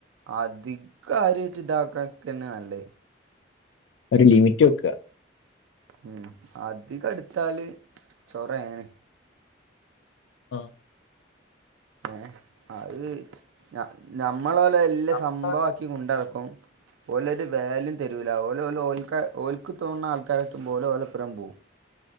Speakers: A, on the right; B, on the left.
A: അധികാര്യട്ട് ഇതാകാ ക്കന്നെ നല്ലേ.
B: ഒരു ലിമിറ്റ് വെക്ക.
A: ഉം അധികടുത്താല് ചൊറേണ്
B: ആ
A: ഏ അത് നഞമ്മള പോലെ വല്ല
B: ആഹ്
A: സംഭവ ആക്കി കൊണ്ടടക്കും ഓലൊരു വാല്യും തരൂല ഓലോൽ ഓൽക്ക ഓൽക്ക് ഓല് തോന്നുന്ന ആൾക്കാരട്ടും പോലെ ഓലപ്പുറം പോവും